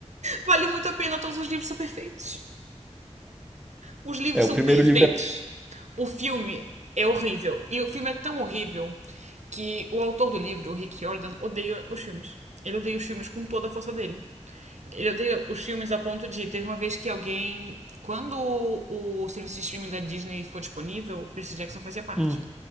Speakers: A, on the right; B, in the centre.
A: Vale muito a pena, todos os livros são perfeitos. Os livros
B: É,
A: são
B: o primeiro
A: perfeitos.
B: livro é.
A: O filme é horrível. E o filme é tão horrível que o autor do livro, o Rick Jordan, odeia os filmes. Ele odeia os filmes com toda a força dele. Ele odeia os filmes a ponto de. Teve uma vez que alguém. Quando o, o serviço de streaming da Disney ficou disponível, o Percy Jackson fazia parte.
B: Hum,